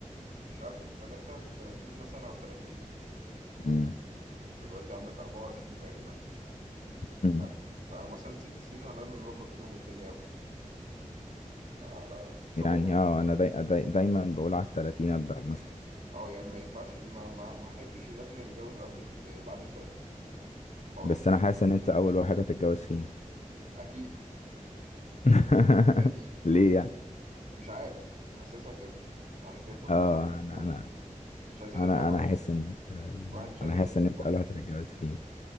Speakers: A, on the right (about 75°); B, on the left (about 55°).
A: مش قبل ال 33 مثلا او 30
B: مم.
A: انت دلوقتي عندك 24 تقريبا
B: مم.
A: حلو فمثلا ست سنين هنقدر نظبط فيهم الدنيا أوي على إن شاء
B: يعني
A: الله
B: اه انا داي... داي... دايما بقول على التلاتين ابدأ مثلا
A: أه يعني ما ينفعش ما ما ما أحبش إن إحنا نتجوز قبل الت- بعد التلاتين خالص
B: بس انا حاسس ان انت اول واحد هتتجوز فينا
A: أكيد
B: <laughs>
A: أكيد
B: ليه يعني
A: مش عارف حاسسها كده أنا كده كده بصراحة
B: اه
A: عايز
B: انا
A: أتجوز
B: انا
A: يعني بس مش عايزين
B: انا
A: نطول
B: انا
A: عشان
B: حاسس ان انت
A: الواحد مش عايز
B: انا
A: ياخد
B: حاسس ان
A: ذنوب
B: انت
A: أكتر
B: اول واحد هتتجوز فينا